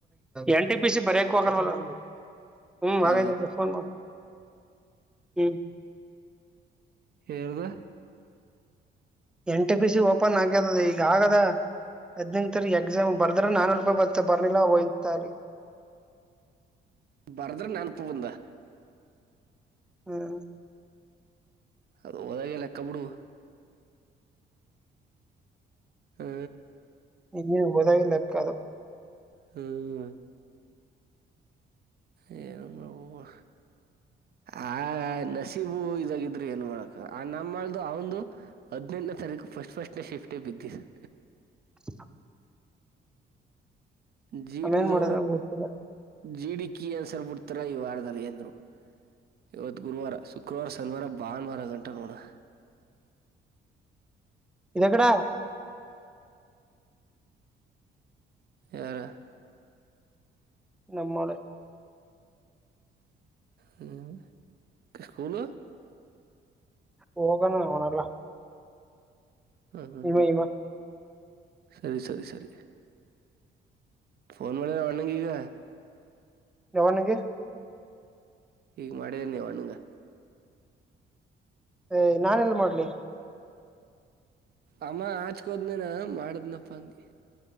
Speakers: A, in the centre; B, on the right.
A: ಎನ್ ಟಿ ಪಿ ಸಿ ಬರ್ಯಕ್ ಹೋಗಲ್ವಲ್ಲ ಹ್ಮ್
B: ಹ್ಮ್
A: ಮನ್ಯಾಗದ ಫೋನ್ ಮಾಡ್ ಹ್ಮ್
B: ಯಾರ್ದ
A: N T P C open ಆಗ್ಯರದದ ಈಗ ಆಗ್ಯದ ಹದ್ನೆಂತರಿ ಎಕ್ಸಾಮ್ ಬರ್ದ್ರ ನಾನೂರು ರೂಪಾಯಿ ಬರ್ತ ಬರ್ಲಿಲ್ಲ ಒಯ್ಯಿತ್ತಾರಿ.
B: ಬರ್ದ್ರೆ ನಾನುಪ್ಪು ಬಂದ
A: ಹ್ಮ
B: ಅದ್ ಹೊದಾಗೆ ಲೆಕ್ಕ ಬಿಡು. ಹ್ಮ್
A: ಹ್ಮ್ ಹೋದಾಗೆ ಲೆಕ್ಕ ಅದು.
B: ಹ್ಮ್ ಏನುಮ್ಮ ಆ ನಸೀಬು ಇದಾಗಿದ್ರೆ ಏನ್ ಮಾಡಕ ಆ ನಮ್ಮ್ದು ಅವಂದು ಹದಿನೆಂನೇಾರೀಕು ಫಸ್ಟ್ ಫಸ್ಟ್ೇ ಶಿಫ್ಟೇ ಬಿದ್ದ ಸರ್
A: <inaudible>
B: ಜೀಡಿದು
A: ಆಮೇನ್ ಮಾಡಿದ್ರ ಗೊತ್ತಿಲ್ಲ
B: ಜಿಡಿ ಕಿ ಅನ್ಸರ್ ಬಿಡ್ತಾರ ಈ ವಾರದಲ್ಲಿ ಎಂದ್ರು ಇವತ್ತು ಗುರುವಾರ ಶುಕ್ರವಾರ ಶನಿವಾರ ಭಾನುವಾರ ಗಂಟೆ ನೋಡೋಣ
A: ಇದೆಕ್ಕಡ
B: ಯಾರ
A: ನಮ್ಮಳ
B: ಹ ಕಷ್ಟಕೊಳ್ಳ
A: ಹೋಗಣ ಅವನಲ್ಲ
B: ಹಾಞ
A: ಇವ
B: ಹಾ ಹಾಞ
A: ಇವ
B: ಸರಿ ಸರಿ ಸರಿ ಫೋನ್ ಮಾಡಿಿದ ಅಣಗೆ ಈಗ
A: ಯಾವನಿಗೆ
B: ಈೀಗ ಮಾಡಿದ್ದೇರಿ ನೀವು ಹಣಗೆ
A: ಏ್ ನಾನನ್ ಎಲ್ ಮಾಡ್ಲಿ
B: ಆ ಆ ಚಕ್ಕೋದನೇನ ಮಾಡಿದ್ನಪ್ಪ ಅಂದ